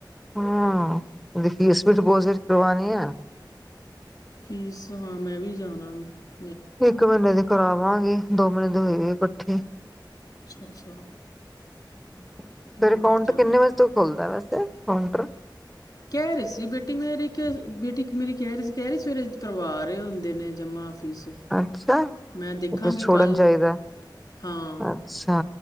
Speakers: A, in the centre; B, on the left (about 55°).
A: ਹਾਂ ਓਦੀ ਫੀਸ ਵੀ ਡਿਪੋਜਿਟ ਕਰਵਾਨੀ ਐ।
B: ਫੀਸ ਹਾਂ ਮੈਂ ਵੀ ਜਾਣਾ ਵਾ।
A: ਇੱਕ ਮੀਨੇ ਦੀ ਕਰਾਵਾਂਗੇ, ਦੋ ਮੀਨੇ ਦੀ ਹੋਈ-ਹੋਈ ਇਕੱਠੀ।
B: ਅੱਛਾ- ਅੱਛਾ।
A: ਹੂੰ--ਫਿਰ
B: ਮੈਂ
A: ਅਕਾਊਂਟ
B: ਆਪ ਜਾਣਾ
A: ਕਿੰਨੇ ਵਜੇ ਤੋਂ ਖੁੱਲਦਾ ਵੈਸੇ ਅਕਾਊਂਟਰ
B: ਕੈ ਰਈ ਸੀ ਬੇਟੀ ਮੇਰੀ ਕੈ ਰਈ ਬੇਟੀ ਮੇਰੀ ਕੈ ਰਈ ਸੀ ਕੈ ਰਈ ਸਵੇਰੇ ਕਰਵਾ ਰਏ ਹੁੰਦੇ ਨੇ ਜਮਾਂ ਫੀਸ
A: ਅੱਛਾ
B: ਮੈਂ ਦੇਖਾਂਗੀ
A: ਇਹ ਤਾਂ ਛੋੜਨ
B: ਕੱਲ
A: ਚਾਹੀਦਾ
B: ਹਾਂ ਦੇਖ
A: ਅੱਛਾ